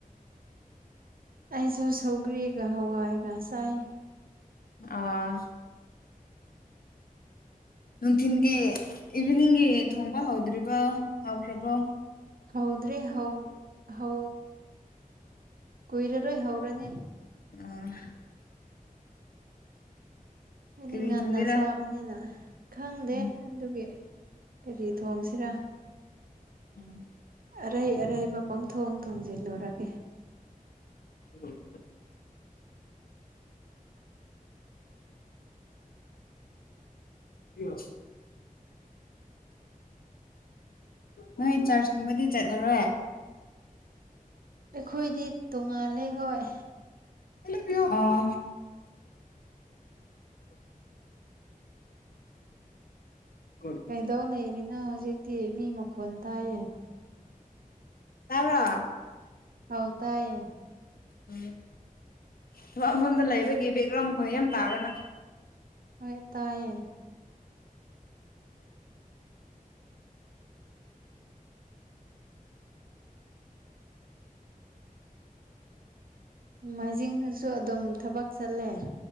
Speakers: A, on the right; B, on the left.
A: <unintelligible> ꯑꯩꯁꯨ ꯁꯧꯒꯔꯤꯒ ꯍꯋꯥꯏꯒ ꯆꯥꯏ
B: ꯑꯥ ꯅꯨꯡꯊꯤꯤꯟꯒꯤ ꯏꯚꯤꯅꯤꯡꯒꯤ ꯊꯣꯡꯕ ꯍꯧꯗ꯭ꯔꯤꯕ ꯍꯧꯈ꯭ꯔꯕꯣ
A: ꯍꯥꯎꯗ꯭ꯔꯔꯤ ꯍ ꯍ ꯀꯨꯏꯔꯔꯣꯏ ꯍꯧꯔꯅꯦ
B: ꯑ
A: ꯍꯥꯏꯗꯤ
B: ꯀꯔꯤ
A: ꯉꯟꯅ
B: ꯊꯣꯡꯒꯦꯔꯥ
A: ꯆꯥꯕꯅꯤꯅ ꯈꯪꯗꯦ
B: ꯎꯝ
A: ꯑꯗꯨꯒꯤ ꯀꯔꯤ ꯊꯣꯡꯁꯤꯔꯥ
B: ꯎꯝ
A: ꯑꯔꯩ ꯑꯔꯩꯕ ꯄꯪꯊꯣꯡ ꯊꯣꯡꯖꯤꯜꯂꯨꯔꯒꯦ
B: ꯎꯝ ꯀ ꯔꯁ ꯍꯥꯏ ꯅꯣꯏ ꯆꯥꯔꯖ ꯀꯨꯝꯕꯗꯤ ꯆꯠꯂꯔꯣꯏ
A: ꯑꯩꯈꯣꯏꯗꯤ ꯇꯣꯉꯥꯜꯂꯦ ꯍꯣꯏ
B: ꯌ ꯑ <unintelligible>
A: ꯀꯩꯗꯧ ꯂꯩꯔꯤꯅ ꯍꯧꯖꯤꯛꯇꯤ ꯃꯤ ꯃꯈꯣꯟꯜ ꯇꯥꯏꯌꯦ
B: ꯇ꯭ꯔ
A: ꯍꯧ ꯇꯑꯌꯦ
B: ꯎꯝ ꯊꯛ ꯃꯐꯝꯗ ꯂꯩꯕꯒꯤ ꯕꯦꯛꯒ꯭ꯔꯥꯎꯟ ꯈꯣꯡ ꯌꯥꯝ ꯇꯥꯕꯅ
A: ꯍꯣꯏ ꯇꯥꯏꯌꯦ ꯃꯥꯏꯖꯤꯡꯁꯤꯁꯨ ꯑꯗꯨꯝ ꯊꯕꯛ ꯆꯠꯂꯦ